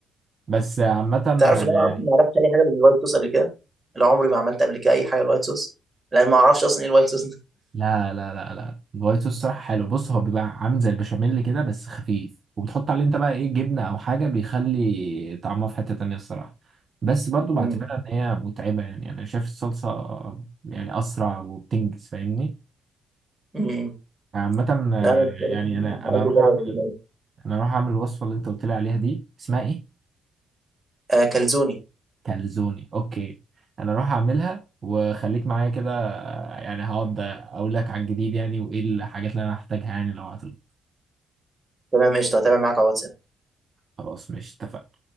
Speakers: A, on the right; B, on the right.
A: بس عامه
B: تعرف
A: يعني
B: ان انا اصلا ما عرفتش اي حاجه بالوايت صوص قبل كده لا عمري ما عملت قبل كده اي حاجه بالوايت صوص لان ما اعرفش اصلا ايه الوايت صوص ده
A: لا لا لا لا الوايت صوص صراحة حلو بص هو بيبقى عامل زي البشاميل كده بس خفيف وبتحط عليه انت بقى ايه جبنة او حاجة بيخلي طعمها في حتة تانية الصراحة بس برضو
B: مم.
A: بعتبرها ان هي متعبة يعني انا شايف الصلصة يعني اسرع وبتنجز فاهمني
B: مم.
A: عامة آه،
B: لا أنا بصراحة
A: يعني انا انا
B: عايز
A: اروح
B: اجرب
A: اعمل
B: الموضوع ده.
A: انا اروح اعمل الوصفة اللي انت قلت لي عليها دي اسمها ايه
B: آه كلزوني
A: كالزوني اوكي انا اروح اعملها وخليك معايا كده آه، يعني هقعد اقول لك على الجديد يعني وايه الحاجات اللي انا هحتاجها يعني لو عطلت
B: تمام قشطه هتابع معاك على واتساب
A: خلاص مش اتفقنا